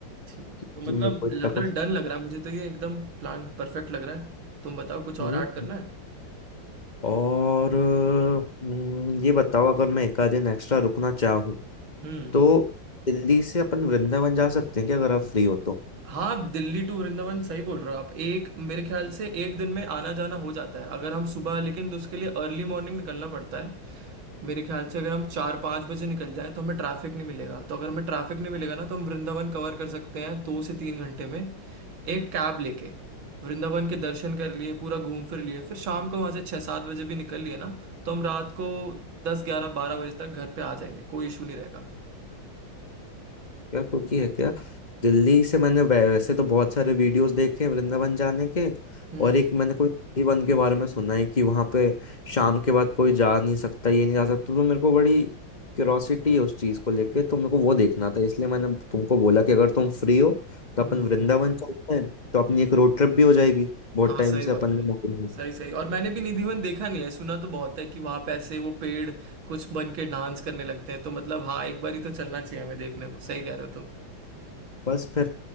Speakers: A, on the right (about 70°); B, on the left (about 25°).
A: ठीक
B: क्योंकि
A: तो मतलब
B: मेरे को इतना
A: लग
B: कुछ
A: रहा है डन लग रहा है मुझे तो ये एकदम प्लान परफेक्ट लग रहा है तुम बताओ कुछ और
B: हम्म।
A: ऐड करना है
B: और हम्म, ये बताओ अगर मैं एक आध दिन एक्स्ट्रा रुकना चाहूँ
A: हम्म
B: तो दिल्ली से अपन वृंदावन जा सकते हैं क्या अगर आप फ्री हो तो
A: हाँ दिल्ली टू वृंदावन सही बोल रहे हो आप एक मेरे ख्याल से एक दिन में आना जाना हो जाता है अगर हम सुबह लेकिन तो उसके लिए अर्ली मॉर्निंग निकलना पड़ता है मेरे ख्याल से अगर हम चार पाँच बजे निकल जाएं तो हमें ट्रैफिक नहीं मिलेगा तो अगर हमें ट्रैफिक नहीं मिलेगा ना तो हम वृंदावन कवर कर सकते हैं दो से तीन घंटे में एक कैब लेके वृंदावन के दर्शन कर लिए पूरा घूम फिर लिए फिर शाम को वहाँ से छः सात बजे भी निकल लिए ना तो हम रात को दस ग्यारह बारह बजे तक घर पे आ जाएंगे कोई इशू नहीं रहेगा
B: यार क्योंकि है क्या दिल्ली से मैंने वै- वैसे तो बहुत सारे वीडियोस देखे हैं वृंदावन जाने के
A: हम्म
B: और एक मैंने कोई नंदी वन के बारे में सुना है कि वहां पे शाम के बाद कोई जा नहीं सकता ये नहीं जा सकता तो मेरे को बड़ी क्यूरोसिटी है उस चीज को लेके तो मेरे को वो देखना था इसलिए मैंने तुमको बोला कि अगर तुम फ्री हो तो
A: हम्म
B: अपन वृंदावन चलते हैं तो अपनी एक रोड ट्रिप भी हो जाएगी बहुत
A: हाँ
B: टाइम
A: सही
B: से
A: बात
B: अपन
A: है
B: ने मौका नहीं लिया।
A: सही सही और मैंने भी निधिवन देखा नहीं है सुना तो बहुत है कि वहां पे ऐसे वो पेड़ कुछ बन के डांस करने लगते हैं तो मतलब हाँ एक बार ही तो चलना चाहिए हमें देखने को सही कह रहे हो तुम
B: बस फिर